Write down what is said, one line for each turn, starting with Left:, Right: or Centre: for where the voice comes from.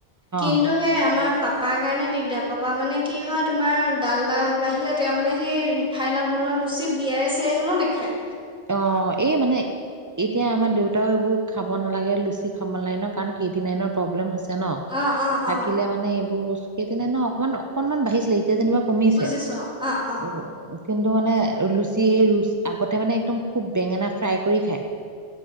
Centre: কিন্তু
Right: অ
Centre: সেই আমাৰ পাপাৰ কাৰণে দিগদাৰ। পাপা মানে কি হয়, তোমাৰ ডাল্ডাৰ বাহিৰে তেওঁ মানে সেই ৰিফাইনত বনোৱা লুচি বিয়াই চিয়াই হ'লেও নেখায়।
Right: অ এই মানে, এতিয়া আমাৰ দেউত ত এইবোৰ খাব নালাগে, লুচি খাব নালাগ ন, কাৰণ ক্ৰিয়েটিনাইনৰ প্ৰব্লেম হৈছে। ছে ন।
Centre: অ', অ',
Right: থাকিলে
Centre: অ',
Right: মানে এইবোৰ বস্ত সেইদিনা ন অকনমান, অকনমান বাঢ়িছিলে। এত তিয়া যেনিবা কমিছে।
Centre: বুজিছো অ', অ', অ',
Right: উম। কিন্তু মানে, লুচি এই ৰুচ, আগতে মানে একদম খুব বেঙেনা ফ্ৰাই কৰি খায়।